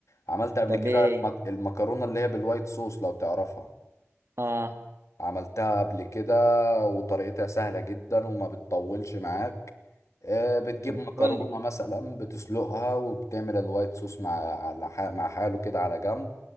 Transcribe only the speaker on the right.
طب
ايه ايه؟
اه
طب ما
تقول لي